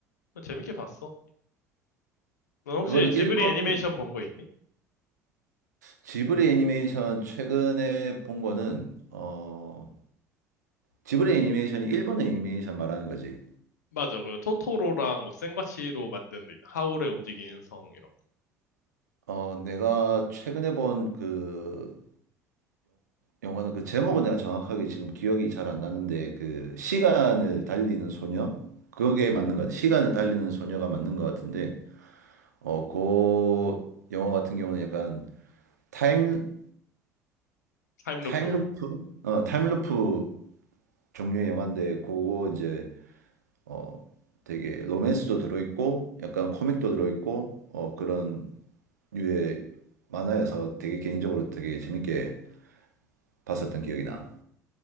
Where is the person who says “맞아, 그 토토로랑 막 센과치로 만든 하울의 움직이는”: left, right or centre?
Left